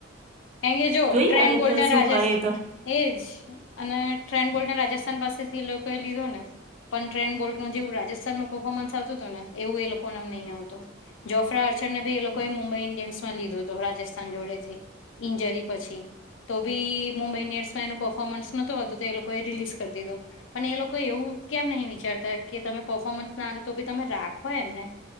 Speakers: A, on the left; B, on the right.
A: કારણ કે જો
B: જોઈએ
A: ટ્રેન્ટ
B: હવે
A: બોલ્ટના
B: તો શું
A: રાજેશ
B: કરે તો
A: એજ અને ટ્રેન્ટ બોલ્ટને રાજસ્થાન પાસેથી એ લોકો એ લીધો ને. પણ ટ્રેન્ટ બોલ્ટ નું જેવું રાજસ્થાનમાં પર્ફોર્મન્સ આવતું હતું ને એવું એ લોકો માં નહીં આવતું. જોફ્રા આર્ચરને પણ એ લોકોએ મુંબઈ ઈન્ડિયન્સમાં લીધો તો રાજસ્થાન જોડે થી ઇન્જરી પછી તો પણ મુંબઈ ઈન્ડિયન્સમાં એનું પર્ફોર્મન્સ ન હતું, તો એ લોકોએ રિલીઝ કરી દીધુ. અને એ લોકો એવું કેમ નહીં વિચારતા કે તમે પર્ફોર્મન્સ ના આવે તો પણ તમે રાખો એમને